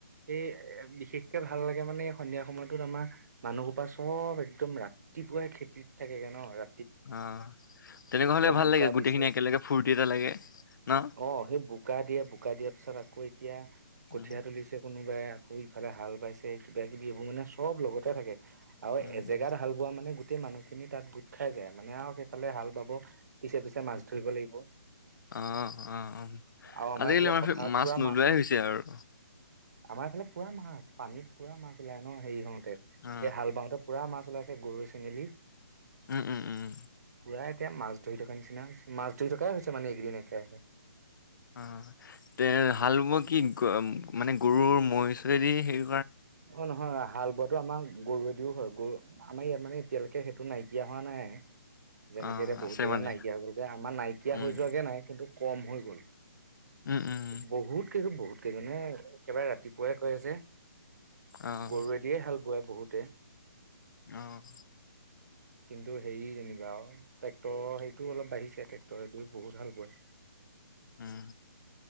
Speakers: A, on the right; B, on the left.
A: এই বিশেষকে ভাল লাগে মানে সন্ধিয়া সময়তত আমাৰ মানুহোপা চব একদম ৰাতিপুৱাই খেতিত থাকেগে ন ৰা
B: অ তেনেকুৱা হলে ভাল
A: বোকা
B: লাগে গোটেইখিনি
A: দিছে
B: একেলগে ফূৰ্তি এটা লাগে ন
A: অ সেই বোকা দিয়ে বোকা দিয়াৰ পিছত আকৌ এতিয়া কঠিয়া
B: উম
A: তুলিছে কোনো। আকৌ ইফালে হাল বাইছে কিবা কিবি এইবোৰ মানে চব লগতে থাকে। আৰু
B: উম
A: এজেগাত
B: উম
A: হাল বোৱা মানে গোটেই মানুহখিনি তাত গোট খাই যায় মানে আৰু ফালে হাল বাব পিছে পিছে মাছ ধৰিব লাগিব।
B: আহ অ
A: আৰু আমাৰ
B: আজিকালি
A: এইফালে
B: আমাৰফালে
A: পথাৰত
B: মাছ
A: পুৰা
B: নোলোৱাই হৈছে আৰু
A: আমাৰ এইফালে পুৰা মাছ পানীত পুৰা মাছ ওলাই ন হেৰি হওঁতে সে
B: অ
A: হাল বাওঁতে পুৰা মাছ ওলাই গৰৈ, চেঙেলী।
B: উম উম উম উম।
A: পূৰা এতিয়া মাছ ধৰি থকাৰ নিচিনা হৈছে মাছ ধৰি থকাই হৈছে মানে এইকেদিন একেৰাহে।
B: অ তে হাল বোৱা কি মানে গৰুৰ মৈ চৈ দি সেই
A: অ নহয় হাল বোৱাটো আমাৰ গৰুৱেদিও হয় গৰু আমাৰ ইয়াত মানে এতিয়ালৈকে সেইটো নাইকিয়া হোৱা নাই। যেনেকে
B: অ',
A: এতিয়া বহুত
B: আছে
A: জেগাত
B: মানে
A: নাইকিয়া হৈ গলগৈ আমাৰ নাইকিয়া
B: উম,
A: হৈ যোৱাকে নাই কিন্তু কম হৈ গ'ল
B: উম, উম,
A: বহুত কে বহুত একেবাৰে ৰাতিপুৱাই কয়ে যে
B: অ',
A: গৰুৱে দিয়ে হাল বোৱা বহুতে
B: অহ
A: কিন্তু হেৰি যেনিবা আৰু ট্ৰেক্টৰৰ সেইটোও অলপ বাঢ়িছে ট্ৰেক্টৰ দিও বহুত হাল বায়।
B: উম